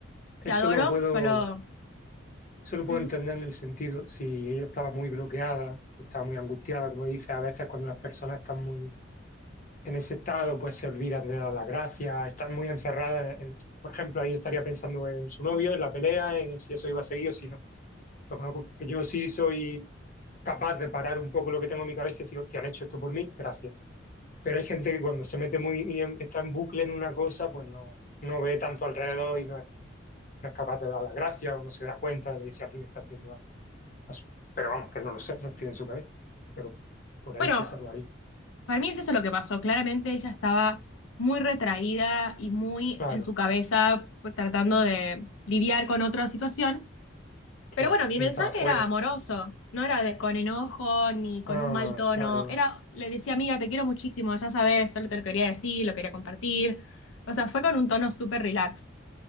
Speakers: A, on the left (about 40°); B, on the left (about 80°).
A: eso
B: te adoro,
A: lo puedo,
B: solo...
A: eso lo puedo
B: mm,
A: entender en el sentido, si ella estaba muy bloqueada o estaba muy angustiada, como dice, a veces cuando las personas están muy en ese estado, pues se olvidan de dar las gracias, están muy encerradas en, por ejemplo, ahí estaría pensando en su novio, en la pelea, en si eso iba a seguir o si no. Lo conozco, que yo sí soy capaz de parar un poco lo que tengo en mi cabeza y decir, hostia, han hecho esto por mí, gracias Pero hay gente que cuando se mete muy y en- está en bucle en una cosa, pues no, no ve tanto alrededor y no es, no es capaz de dar las gracias o no se da cuenta de si alguien está haciendo algo. a su- Pero vamos, que no lo sé, no estoy en su cabeza. Pero por ahí
B: Bueno,
A: se salvaría.
B: Para mí es eso lo que pasó. Claramente ella estaba muy retraída y muy
A: Claro,
B: en su cabeza pues, tratando de lidiar con otra situación.
A: claro.
B: Pero bueno, mi
A: Y
B: mensaje
A: no estaba fuera
B: era amoroso, no era de, con enojo ni con
A: Ah,
B: un mal tono.
A: claro,
B: Era, le decía, amiga, te quiero muchísimo, ya sabes, solo te lo quería decir, lo quería compartir. O sea, fue con un tono súper relax.